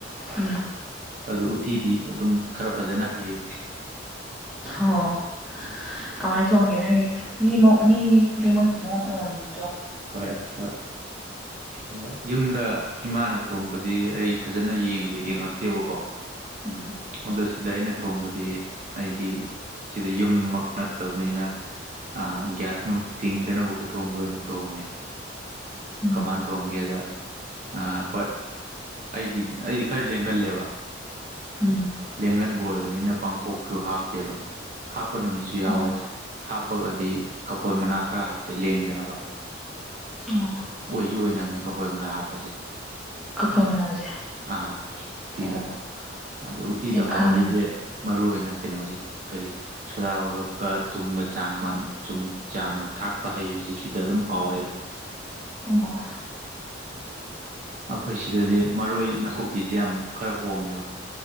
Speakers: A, in the centre; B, on the right (about 40°).
A: ꯎꯝ
B: ꯑꯗꯨ ꯎꯠꯇꯤꯗꯤ ꯑꯗꯨꯝ ꯈꯔ ꯐꯖꯅ ꯍꯩꯌꯦ
A: ꯑꯣ ꯀꯃꯥꯏꯅ ꯊꯣꯡꯒꯦ ꯅꯪꯒꯤ ꯃꯤ ꯃꯤ ꯈꯨꯗꯤꯡꯃꯛꯀꯤ ꯃꯑꯣꯡ ꯑꯃꯃꯝꯅꯤ
B: ꯍꯣꯏ ꯍꯣꯏ ꯍꯣꯏ ꯌꯨꯝꯗ ꯏꯃꯥꯅ ꯊ ꯊꯣꯡꯕꯗꯤ ꯑꯩ ꯐꯖꯅ ꯌꯦꯡꯕ ꯌꯦꯡꯉꯛꯇꯦꯕꯀꯣ
A: ꯎꯝ
B: ꯑꯗꯣ ꯁꯤꯗ ꯑꯩꯅ ꯊꯣꯡꯕ ꯗꯤ ꯑꯩꯗꯤ ꯁꯤꯗ ꯌꯨꯝꯃꯛ ꯅꯠꯇꯕꯅꯤꯅ ꯑ ꯒ꯭ꯌꯥꯁ ꯅꯨꯡ ꯇꯤꯡꯗꯅꯕ ꯈꯨꯊꯣꯡꯗ ꯑꯣꯏꯅ ꯇꯣꯡꯉꯦ
A: ꯎꯝ
B: ꯀꯃꯥꯟ ꯊꯣꯡꯒꯦꯗ ꯑ ꯍꯣꯏ ꯑꯩꯒꯤ ꯑꯩꯗꯤ ꯈꯔ ꯂꯦꯡꯒꯜꯂꯦꯕ
A: ꯎꯝ
B: ꯂꯦꯡꯒꯟꯕ ꯑꯣꯏꯕꯅꯤꯅ ꯄꯥꯡꯈꯣꯛꯁꯨꯨ ꯍꯥꯞꯇꯦꯕ ꯍꯥꯞꯄ ꯅꯨꯃꯤꯠꯁꯨ ꯌꯥꯎꯋꯦ
A: ꯑꯣ
B: ꯍꯥꯞꯄꯒꯗꯤ ꯀꯐꯣꯏ ꯃꯅꯥ ꯈꯔ ꯍꯥꯞꯄꯦ ꯂꯦꯡꯗꯅꯕ
A: ꯑꯣ
B: ꯑꯣꯏꯁꯨ ꯑꯣꯏꯅꯝꯃꯦ ꯀꯈꯣꯏ ꯃꯅ ꯍꯥꯞꯄꯁꯦ
A: ꯀꯐꯣꯏ ꯃꯅꯥꯁꯦ
B: ꯑꯥ
A: ꯑꯣ
B: ꯊꯤꯗꯥ ꯑꯗꯣ ꯎꯠꯇꯤꯗ
A: ꯑꯩ
B: ꯍꯧꯥꯎꯍꯜꯂꯤꯁꯦ
A: ꯈꯪꯉꯅꯤ
B: ꯃꯔꯨꯏ ꯑꯣꯏꯅ ꯀꯩꯅꯣꯁꯦ ꯀꯔꯤ ꯁꯗꯥꯕꯒꯀ ꯆꯥꯡ ꯆꯨꯝ ꯆꯥꯡ ꯊꯥꯛꯄ ꯍꯩꯕꯁꯤ ꯁꯤꯗ ꯑꯗꯨꯝ ꯑꯗꯨꯗ
A: ꯑꯣ
B: ꯑꯩꯈꯣꯏ ꯁꯤꯗꯗꯤ ꯃꯔꯣꯏ ꯅꯥꯀꯨꯞꯄꯤꯁꯦ ꯌꯥꯝ ꯈꯔ ꯍꯣꯡꯉꯦꯕ